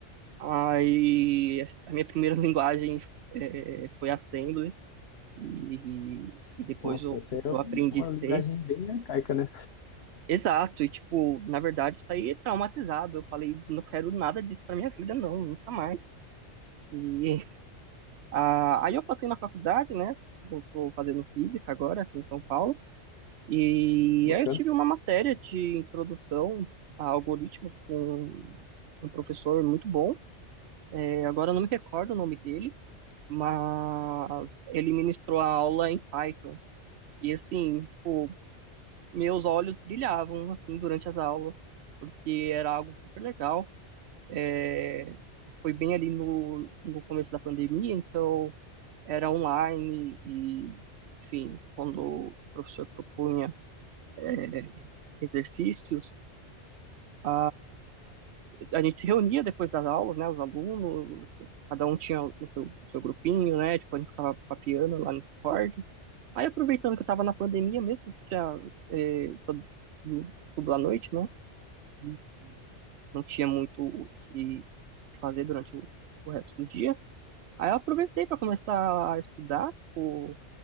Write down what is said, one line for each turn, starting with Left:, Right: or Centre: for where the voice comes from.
Right: Aí a minha primeira <laughs> linguagem eh, foi Assembly, e, e depois
Left: Nossa,
Right: eu,
Left: essa é
Right: eu
Left: uma,
Right: aprendi
Left: uma
Right: C.
Left: linguagem bem arcaica, né?
Right: Exato, e tipo, na verdade, isso aí é traumatizado. Eu falei, não quero nada disso pra minha vida, não, nunca mais. E Ah, aí eu passei na faculdade, né? Eu tô fazendo física agora aqui em São Paulo. E
Left: Bacana.
Right: aí eu tive uma matéria de introdução a algoritmos com um professor muito bom. É, agora eu não me recordo o nome dele, mas ele ministrou a aula em Python. E assim, tipo, meus olhos brilhavam assim durante as aulas, porque era algo super legal. É, foi bem ali no, no começo da pandemia, então era online e, enfim, quando o professor propunha eh, exercícios, a, a gente se reunia depois das aulas, né, os alunos, cada um tinha o seu, o seu grupinho, né, tipo, a gente ficava papiando lá no Discord. Aí, aproveitando que eu estava na pandemia mesmo, tinha, eh, todo- tudo à noite, né, e não tinha muito o que fazer durante o, o resto do dia. Aí eu aproveitei para começar a estudar, tipo,